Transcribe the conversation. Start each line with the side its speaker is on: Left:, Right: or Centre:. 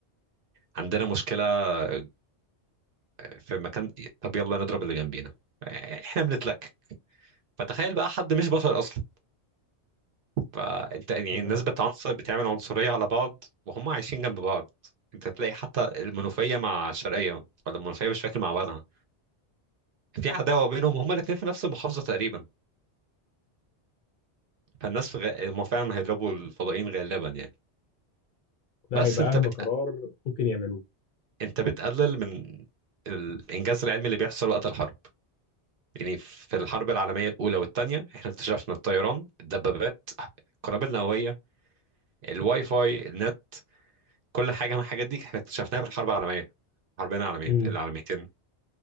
Right: عندنا مشكلة آه، في مكان طب يلا نضرب اللي جنبينا آه، إحنا بنتلك فتخيل بقى حد مش بشر أصلا فانت يعني
Left: ف-
Right: الناس بتعنصر بتعمل عنصرية على بعض وهم عايشين جنب بعض انت تلاقي حتى المنوفية مع الشرقية ولا المنوفية مش فاكر مع بعضها في عداوة بينهم وهما الاتنين في نفس المحافظة تقريبا فالناس في غ... هم فعلا هيضربوا الفضائيين غالبا يعني
Left: ده
Right: بس
Left: هيبقى
Right: انت
Left: اغبى
Right: بت...
Left: قرار ممكن يعملوه
Right: انت بتقلل من الانجاز العلمي اللي بيحصل وقت الحرب يعني في الحرب العالمية الأولى والثانية احنا اكتشفنا الطيران الدبابات القنابل النووية الواي فاي النت كل حاجة من الحاجات دي احنا اكتشفناها في الحرب العالمية الحربين العالمية
Left: امم
Right: العالميتين